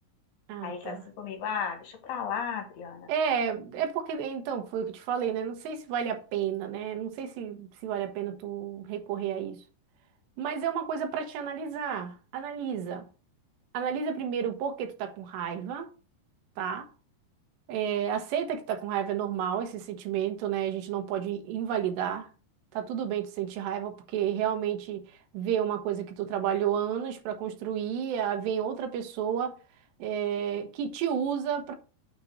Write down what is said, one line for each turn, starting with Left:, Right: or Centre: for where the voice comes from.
Right: Ah,
Left: Aí ele tá
Right: tá.
Left: assim comigo, ah, deixa pra lá, Adriana.
Right: É, é porque, então, foi o que eu te falei, né? Não sei se vale a pena, né? Não sei se, se vale a pena tu recorrer a isso. Mas é uma coisa para te analisar. Analisa. Analisa primeiro o porquê tu tá com raiva, tá? É, aceita que tá com raiva, é normal esse sentimento, né? A gente não pode invalidar. Tá tudo bem tu sentir raiva, porque realmente ver uma coisa que tu trabalhou anos para construir, ah, vem outra pessoa, é, que te usa